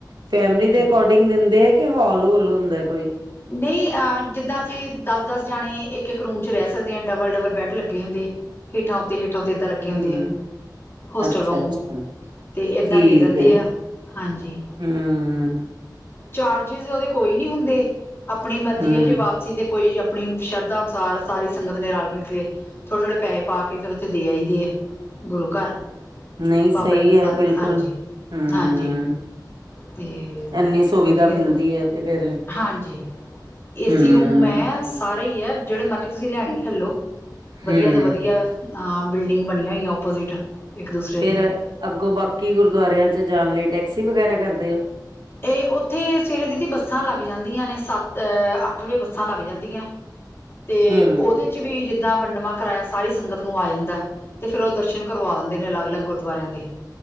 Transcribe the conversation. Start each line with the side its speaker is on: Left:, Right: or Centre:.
Right: ਫੈਮਿਲੀ ਦੇ
Left: ਤੇ
Right: ਅਕੋਰਡਿੰਗ ਦਿੰਦੇ ਐ ਕਿ ਹੋਲ਼-ਹੂਲ ਹੁੰਦੈ ਕੋਈ?
Left: ਨਹੀਂ ਆ ਜਿੱਦਾਂ ਅਸੀਂ ਦਸ-ਦਸ ਜਾਣੇ ਇੱਕ-ਇੱਕ ਰੂਮ 'ਚ ਰੈਹ ਸਕਦੇ ਆਂ ਡਬਲ-ਡਬਲ ਬੈੱਡ ਲੱਗੇ ਹੁੰਦੇ। ਹੇਠਾਂ ਉਤੇ, ਹੇਠਾਂ ਉਤੇ ਐਦਾਂ ਲੱਗੇ ਹੁੰਦੇ
Right: ਹੂੰ,
Left: ਐ। ਹੋਸਟਲ
Right: ਅੱਛਾ,
Left: ਵਾਂਗੂ,
Right: ਅੱਛਾ
Left: ਤੇ ਏਦਾਂ
Right: ਠੀਕ
Left: ਦੇ ਦਿੰਦੇ
Right: ਹੈ।
Left: ਆ, ਹਾਂਜੀ‌।
Right: ਹੂੰ।
Left: ਚਾਰਜਿਸ ਓਹਦੇ ਕੋਈ ਨੀ ਹੁੰਦੇ, ਆਪਣੀ ਮਰਜੀ
Right: ਹੂੰ
Left: ਐ ਜੇ ਵਾਪਸੀ ਦੇ ਕੋਈ ਅਪਣੀ ਸ਼ਰਧਾ ਅਨੁਸਾਰ ਸਾਰੀ ਸੰਗਤ ਨੇ ਰਲ-ਮਿਲ ਕੇ ਥੋੜੇ-ਥੋੜੇ ਪੈਹੇ ਪਾ ਕੇ ਫਿਰ ਉੱਥੇ ਦੇ ਆਈ ਦੇ ਐ ਗੁਰੂ ਘਰ।
Right: ਨਹੀਂ ਸਹੀ
Left: ਬਾਬਾ ਜੀ ਨੂੰ ਫੜਾਂ,
Right: ਹੈ ਬਿਲਕੁਲ।
Left: ਹਾਂਜੀ
Right: ਹੂੰ,
Left: ਹਾਂਜੀ। ਤੇ
Right: ਇੰਨੀ ਸੁਵਿਧਾ
Left: ਵਧੀਐ
Right: ਮਿਲਦੀ
Left: ਨਾ।
Right: ਹੈ ਤੇ ਫੇਰ
Left: ਹਾਂਜੀ, ਏਸੀ
Right: ਹੂੰ,
Left: ਰੂਮ ਐ, ਸਾਰੇ ਈ ਐ ਜੇੜੇ ਮਰਜ਼ੀ ਤੁਸੀਂ ਲੈਣੇ ਲਲ ਲੋ। ਵਧੀਆ
Right: ਹੂੰ
Left: ਤੋਂ ਵਧੀਆ ਆ ਬਿਲਡਿੰਗ ਬਣੀਆਂ ਹੋਈਆਂ ਓਪੋਜਿਟ। ਇੱਕ ਦੂਸਰੇ
Right: ਫੇਰ
Left: ਦੇ
Right: ਅੱਗੋਂ ਬਾਕੀ ਗੁਰਦੁਆਰਿਆਂ ਚ ਜਾਣ ਲਈ ਟੈਕਸੀ ਵਗੈਰਾ ਕਰਦੇ ਓ?
Left: ਏਹ ਓਥੇ ਸਵੇਰੇ ਦੀਦੀ ਬੱਸਾਂ ਲੱਗ ਜਾਂਦੀਆਂ ਨੇ ਸੱਤ ਅਹ ਅੱ ਅੱਠ ਵੇ ਬੱਸਾਂ ਲੱਗ ਜਾਂਦੀਐਂ। ਤੇ
Right: ਹੂੰ,
Left: ਓਹਦੇ ਚ ਵੀ ਜਿੱਦਾਂ ਵੰਡਵਾਂ ਕਰਾਇਆ ਸਾਰੀ ਸੰਗਤ ਨੂੰ ਆ ਜਾਂਦੈ। ਤੇ ਫੇਰ ਓਹ ਦਰਸ਼ਨ ਕਰਵਾ ਦਿੰਦੇ ਨੇ ਅਲੱਗ-ਲੱਗ ਗੁਰਦੁਆਰਿਆਂ ਦੇ।